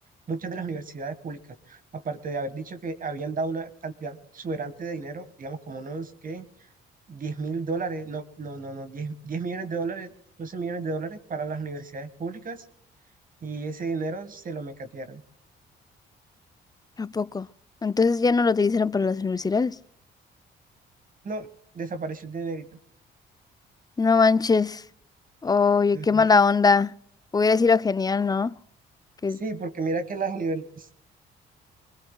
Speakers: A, on the right; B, on the left.
A: muchas de las universidades públicas, aparte de haber dicho que habían dado una cantidad exuberante de dinero, digamos como unos que diez mil dólares, no, no, no, no, diez, diez millones de dólares, 12 millones de dólares para las universidades públicas y ese dinero se lo mecatearon.
B: ¿A poco? Entonces ya no lo utilizaron para las universidades.
A: No, desapareció el dinerito.
B: No manches. Oye,
A: Ujú.
B: qué mala onda. Hubiera sido genial, ¿no? Que,
A: Sí, porque mira que las universidades